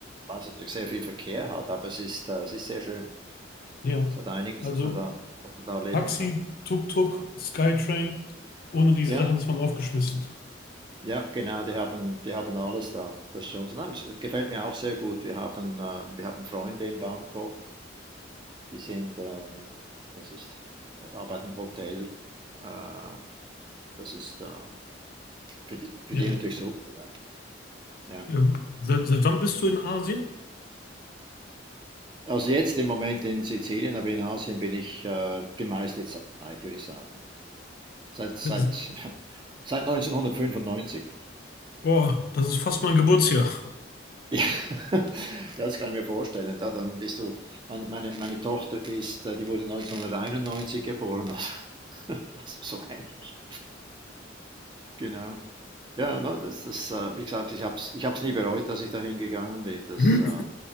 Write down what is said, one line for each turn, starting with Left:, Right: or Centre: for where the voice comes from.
Right: weil es natürlich sehr viel Verkehr hat, aber es ist, äh, es ist sehr schön.
Left: Ja.
Right: Es hat einiges,
Left: Also
Right: dass man da, dass man da leben
Left: Taxi,
Right: kann.
Left: Tuk-Tuk, Skytrain, ohne diese
Right: Ja.
Left: Sachen ist man aufgeschmissen.
Right: Ja, genau, die haben, die haben alles da. Das ist schon so. Nein, es gefällt mir auch sehr gut. Wir haben, ähm, wir haben Freunde in Bangkok, die sind, ähm, das ist, äh, arbeiten im Hotel. Äh, das ist äh, für die, für
Left: Ja.
Right: die natürlich super. Ja. Ja.
Left: Ähm, seit, seit wann bist du in Asien?
Right: Also jetzt im Moment in Sizilien, aber in Asien bin ich äh, die meiste Zeit, würde ich sagen. Seit, seit,
Left: Ja, se-
Right: <laughs> seit 1995.
Left: Boah, das ist fast mein Geburtsjahr.
Right: Ja, <laughs> das kann ich mir vorstellen. Da, dann bist du, meine, meine, meine Tochter ist, äh, die wurde 1991 geboren, also, <laughs> also so ähnlich, genau. Ja, no, das, das, äh, wie gesagt, ich habe es ich hab's nie bereut, dass ich dahin gegangen bin. Das,
Left: <clears throat>
Right: äh,